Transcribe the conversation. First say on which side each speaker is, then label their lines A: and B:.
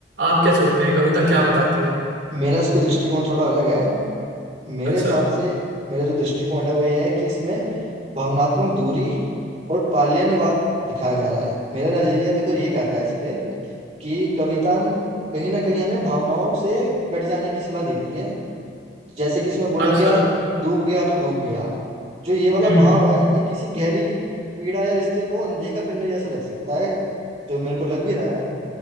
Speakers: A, on the right (about 85°); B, on the right (about 35°).
A: आप क्या सोचते हैं कविता क्या बताती है
B: मेरा इस पर दृष्टिकोण थोड़ा अलग है मेरे
A: अच्छा
B: हिसाब से मेरा जो दृष्टिकोण है वो ये है कि इसमें भावनात्मक दूरी और पालियनवाद दिखाया जा रहा है मेरा नजरिया देखो ये कहता है इस पे कि कविता कहीं ना कहीं हमें भावनाओं से कट जाने की सलाह देती है जैसे कि इसमें बोला
A: अच्छा
B: गया डूब गया तो डूब गया जो ये वाला
A: हम्म
B: भाव है ये किसी गहरी पीड़ा या रिश्ते को अनदेखा करने जैसा लग सकता है जो मेरे को लग भी रहा है